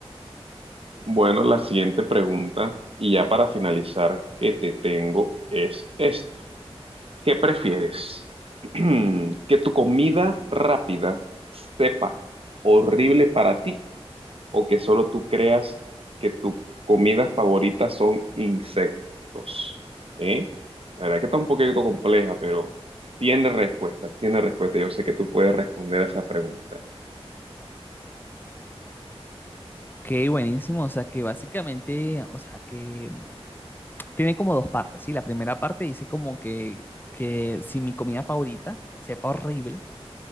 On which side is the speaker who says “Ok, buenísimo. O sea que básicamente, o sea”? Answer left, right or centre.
Left